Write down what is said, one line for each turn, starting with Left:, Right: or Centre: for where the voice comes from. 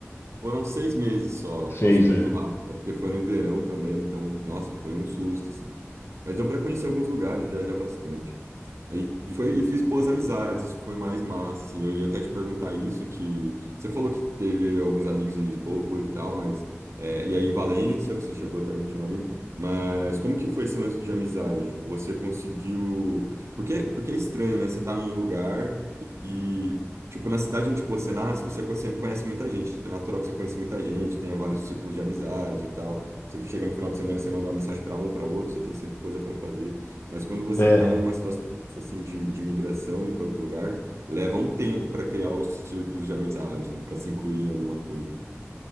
Right: foram seis meses só,
Left: Seis,
Right: passou muito
Left: é.
Right: rápido, né? porque foi no verão também, então, nossa, foi um susto, assim. Mas deu para conhecer alguns lugares, viajar bastante. E e foi, e fiz boas amizades, isso que foi mais massa, assim. Eu ia até te perguntar isso, que você falou que teve alguns amigos em Lisboa e tal, mas... é, e aí em Valência, você chegou também, tinha um amigo, mas como que foi esse lance de amizade? Tipo, você conseguiu... Porque, porque é estranho, né? Você tá num lugar e, tipo, na cidade onde você nasce, você co- sempre conhece muita gente. É natural que você conheça muita gente, tenha vários círculos de amizade e tal. Você chega no final de semana, você manda uma mensagem para um, para outro, você tem sempre coisa para fazer. Mas quando você
Left: É.
Right: está numa situação assim de, de migração para outro lugar leva um tempo para criar os círculos de amizade, né? Para se incluir em alguma coisa.